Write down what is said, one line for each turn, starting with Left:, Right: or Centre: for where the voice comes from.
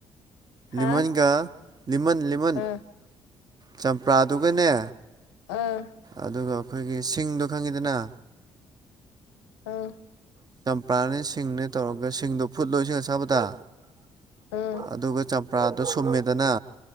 Left: ꯍꯥ
Right: ꯂꯤꯃꯟꯒ ꯂꯤꯃꯟ ꯂꯤꯃꯟ
Left: ꯑꯥ
Right: ꯆꯝꯄ꯭ꯔꯥꯗꯨꯒꯅꯦ
Left: ꯑꯥ
Right: ꯑꯗꯨꯒ ꯑꯩꯈꯣꯏꯒꯤ ꯁꯤꯡꯗꯣ ꯈꯪꯉꯤꯗꯅ
Left: ꯑꯥ
Right: ꯄ꯭ꯔꯥꯅꯦ ꯁꯤꯡꯅꯦ ꯇꯧꯔꯒ ꯁꯤꯡꯗꯣ ꯐꯨꯠ ꯂꯣꯏ ꯁꯤꯡ ꯑꯁꯥꯕꯗ
Left: ꯑꯥ
Right: ꯑꯗꯨꯒ ꯆꯝꯄ꯭ꯔꯥꯗꯣ ꯁꯨꯝꯃꯦꯗꯅ